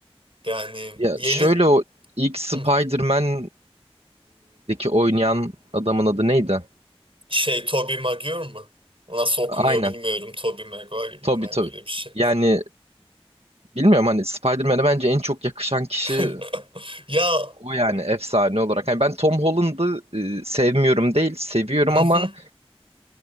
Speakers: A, on the right; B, on the right.
A: Yani
B: Ya
A: yeni
B: şöyle o ilk Spider-Man'deki
A: hmm,
B: oynayan adamın adı neydi?
A: şey Tobey Maguire mı? O Nasıl okunuyor
B: Aynen.
A: bilmiyorum. Tobey Maguire
B: Tobey
A: mı ne
B: Tobey.
A: öyle bir şey.
B: Yani bilmiyorum hani Spider-Man'e bence en çok yakışan kişi
A: <laughs> Ya
B: o yani efsane olarak. Hani ben Tom Holland'ı e, sevmiyorum değil, seviyorum
A: Hı hı.
B: ama